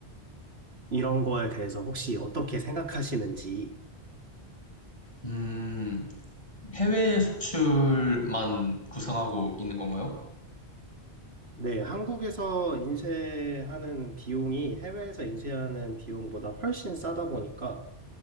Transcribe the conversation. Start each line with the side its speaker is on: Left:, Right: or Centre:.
Right: 이런 거에 대해서 혹시 어떻게 생각하시는지
Left: 음, 해외 수출만 구상하고 있는 건가요?
Right: 네, 한국에서 인쇄하는 비용이 해외에서 인쇄하는 비용보다 훨씬 싸다 보니까